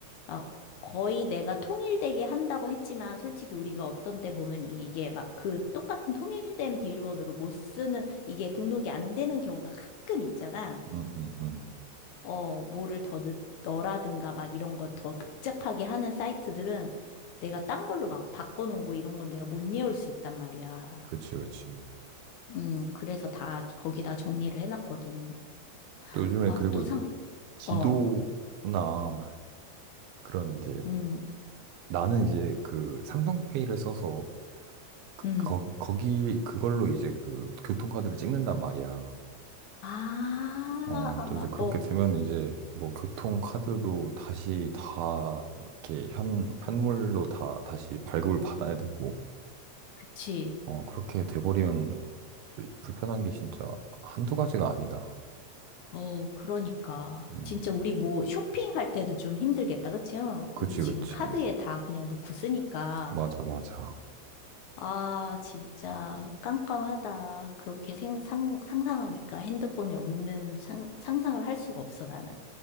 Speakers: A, on the left (about 80°); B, on the right (about 70°).
A: 아, 거의 내가 통일되게 한다고 했지만 솔직히 우리가 어떤 때 보면 이게 막 그 똑같은 통일된 비밀번호로 못 쓰는 이게 등록이 안 되는 경우가 가끔 있잖아.
B: 음, 음, 음.
A: 어, 뭐를 더 넣, 너라든가 막 이런 거 더 복잡하게 하는 사이트들은 내가 딴 걸로 막 바꿔놓은 거 이런 건 내가 못 외울 수 있단 말이야.
B: 그치, 그치.
A: 음, 그래서 다 거기다 정리를 해놨거든.
B: 또 요즘에
A: 아,
B: 그리고
A: 또
B: 이제
A: 상,
B: 지도나
A: 어,
B: 그런 이제
A: 음,
B: 나는 이제 그 삼성페이를 써서 그-
A: 음.
B: 거, 거기 그걸로 이제 그 교통카드를 찍는단 말이야.
A: 아,
B: 어,
A: 어,
B: 또 이제 그렇게 되면 이제 뭐 교통카드도 다시 다 이렇게 현, 현물로 다 다시 발급을 받아야 되고,
A: 그치.
B: 어, 그렇게 돼버리면 이제 불편한 게 진짜 한두 가지가 아니다.
A: 어, 그러니까.
B: 음,
A: 진짜 우리 뭐 쇼핑할 때도 좀 힘들겠다, 그치? 응?
B: 그치,
A: 우리 지금
B: 그치.
A: 카드에 다 그냥 넣고 쓰니까.
B: 맞아, 맞아.
A: 아, 진짜 깜깜하다. 그렇게 생, 상, 상상하니까 핸드폰에 없는 상, 상상을 할 수가 없어, 나는.